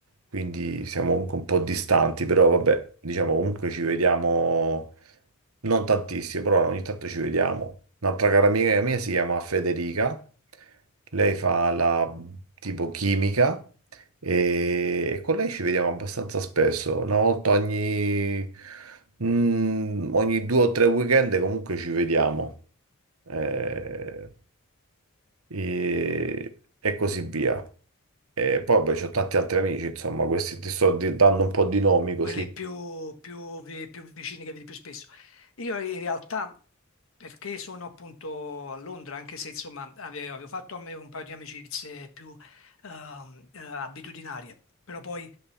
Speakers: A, on the right (about 80°); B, on the left (about 65°).
A: quindi siamo comunque un po' distanti, però vabbè, diciamo comunque ci vediamo non tantissimo, però ogni tanto ci vediamo. Un'altra cara amica mia si chiama Federica, lei fa la tipo chimica. E, e con lei ci vediamo abbastanza spesso, una volta ogni, mm, ogni due o tre weekend comunque ci vediamo. Eh, e, e così via. E poi vabbè, c'ho tanti altri amici, insomma, questi ti sto di- dando un po' di nomi così.
B: quelli più, più vi- più vicini che vedi più spesso. Io in realtà, perché sono appunto a Londra, anche se insomma avevo, avevo fatto a me un paio di amicizie più ehm, eh, abitudinarie, però poi